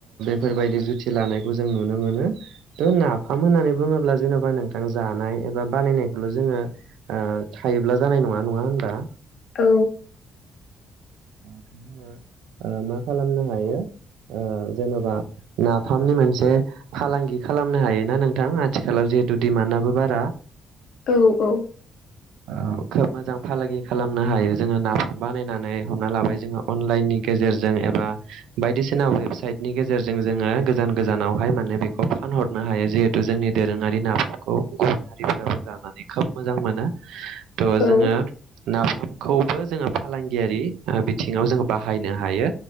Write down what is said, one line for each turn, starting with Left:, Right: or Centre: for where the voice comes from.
Right: फोरबायदि जुथि लानायखौ जों नुनो मोनो। थ' नाफाम होननानै बुङोब्ला जेन'बा नों आं जानाय एबा बानायनायखौल' जोङो ओ थायोब्ला जानाय नङा। नङा होनबा?
Left: औ
Right: ओ मा खालामनो हायो ओ जेन'बा नाफामनि मोनसे फालांगि खालामनो हायोना नोंथां आथिखालाव जेथु दिडिमानआबो बारा।
Left: औ औ
Right: औ, खोब मोजां फालांगि खालामनो हायो जोङो नाफाम बानायनानै। हमना लाबाय जोङो अनलाइननि गेजेरजों एबा बायदिसिना वेबसाइटनि गेजेरजों जोङो गोजान गोजानावहाय माने बेखौ फानहरनो हायो जिहेथु जोंनि दोरोङारि नाादफोरखौ गुबुन हारिफोराबो जाना नानै खोब मोजां मोनो थ'
Left: औ
Right: जोङो नाफामखौबो जोङो फालांगियारि आ बिथिङाव जोङो बाहायनो हायो